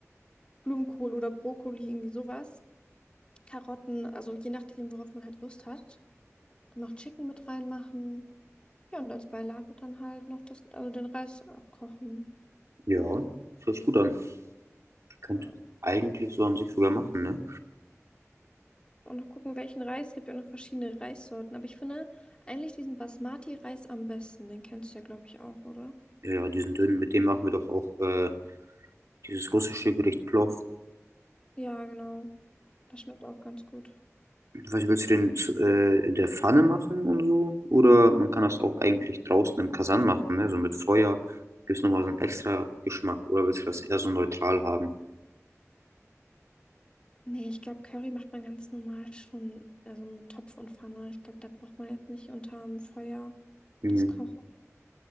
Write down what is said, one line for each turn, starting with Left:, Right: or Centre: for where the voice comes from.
Left: Blumenkohl oder Brokkoli, irgendwie sowas. Karotten, also je nachdem, worauf man halt Lust hat. Und noch Chicken mit reinmachen. Ja, und als Beilage dann halt noch das, also den Reis abkochen.
Right: Ja, hört sich gut an. Könnte
Left: Ja.
Right: eigentlich so an sich sogar machen, ne?
Left: Und noch gucken, welchen Reis. Es gibt ja auch noch verschiedene Reissorten. Aber ich finde eigentlich diesen Basmati-Reis am besten. Den kennst du ja, glaube ich, auch, oder?
Right: Ja, ja, diesen dünnen, mit dem machen wir doch auch äh, dieses russische Gericht Plov.
Left: Ja, genau. Das schmeckt auch ganz gut.
Right: Was willst du denn zu, äh, in der Pfanne machen und so? Oder man kann das auch eigentlich draußen im Kasan machen, ne? So mit Feuer. Gibt es nochmal so einen extra Geschmack? Oder willst du das eher so neutral haben?
Left: Nee, ich glaube, Curry macht man ganz normal schon, also mit Topf und Pfanne. Ich glaube, da braucht man jetzt nicht unterm Feuer
Right: Hm,
Left: das Kochen.